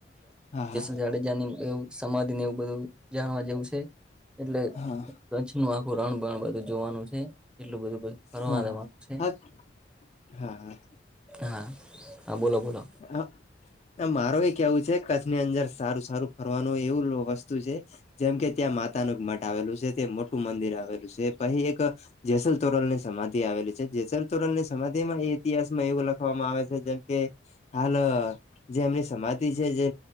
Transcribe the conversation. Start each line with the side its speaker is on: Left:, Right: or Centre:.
Left: હા હા
Centre: <unintelligible> જાડેજા નીવ સમાધિ ને એવું બધું જાણવા જેવું છે એટલે
Left: હા
Centre: કચ્છ નુ પુરાણ બણ બધું જોવાનું છે એટલું બધું બધું ફરવા
Left: હા
Centre: જવાનું છે
Left: હા હા
Centre: હા હા બોલો બોલો
Left: હ ના માર એ કેવું છે કચ્છની અંદર સારું સારું ફરવાનું એવું વસ્તુ છે જેમ કે ત્યાં માતા નું મઠ આવેલું છે તે મોટું મંદિર આવેલું છે પહી એક જેસલ તોરલ ની સમાધી આવેલી છે જેસલ તોરલ ની સમાધિમા એ ઇતિહાસમાં એવું લખવામાં આવે છે જેમ કે હાલ જે એમની સમાધિ છે જે